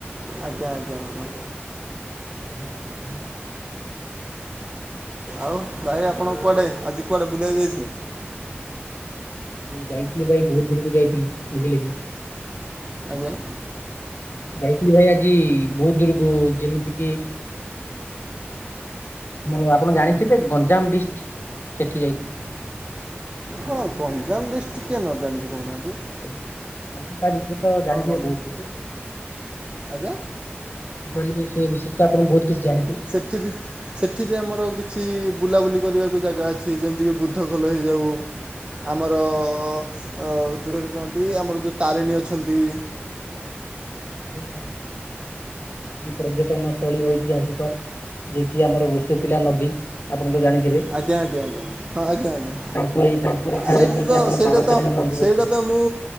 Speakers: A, on the right; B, on the left.
A: ଆଜ୍ଞା ଆଜ୍ଞା।
B: <inaudible>
A: ଆଉ ଭାଇ ଆପଣ କୁଆଡ଼େ ଆଜି କୁଆଡ଼େ ବୁଲିବାକୁ ଯାଇଥିଲେ?
B: ଯାଇଥିଲି ଭାଇ ବହୁତ ଦୂରକୁ ଯାଇଥିଲି ବୁଝିଲେ କି।
A: ଆଜ୍ଞା।
B: ଯାଇଥିଲି ଭାଇ ଆଜି ବହୁତ ଦୂରକୁ ଯେମିତି କି ଆମର ଆପଣ ଜାଣିଥିବେ ଗଞ୍ଜାମ ଡିଷ୍ଟ୍ ସେଠି ଯାଇଥିଲି।
A: ହଁ ଗଞ୍ଜାମ ଡିଷ୍ଟ୍ କିଏ ନ ଜାଣିଛି କରୁନାହାଁନ୍ତି।
B: ତା ବିଷୟରେ ତ ଜାଣିଥିବେ
A: ଗଞ୍ଜ
B: ବହୁତ କିଛି?
A: ଆଜ୍ଞା
B: ମୁଁ କହିଲି ସେ ବିଷୟରେ ତ ଆପଣ ବହୁତ କିଛି ଜାଣିଥିବେ?
A: ଥିବି। ସେଠି ବି ଆମର କିଛି ବୁଲାବୁଲି କରିବାକୁ ଜାଗା ଅଛି ଯେମିତିକି ବୁଦ୍ଧ ଖୋଲ ହେଇଯାଉ ଆମର ଯୋଉ ହେଟି କଣନ୍ତି ଆମର ଯୋଉ ତାରେଣୀ ଅଛନ୍ତି।
B: <unintelligible> ପର୍ଯ୍ୟଟନ ସ୍ଥଳୀ ଐତିହାସିକ। ଯିଏ କିି ଆମର ଋଷିକୂଲ୍ୟା ନଦୀ ଆପଣ ତ ଜାଣିଥିବେ।
A: ଆଜ୍ଞା ଆଜ୍ଞା ଆଜ୍ଞା ହଁ ଆଜ୍ଞା ଆଜ୍ଞା
B: ତାଙ୍କରି ତାଙ୍କରି ଠାରେ
A: ସେଟା
B: ଯେ କି
A: ତ
B: ଆମର
A: ସେଇଟା
B: ତାରାତାରିଣୀ
A: ତ
B: ମନ୍ଦିର
A: ସେଇଟା
B: ଅଛି।
A: ତ ମୁଁ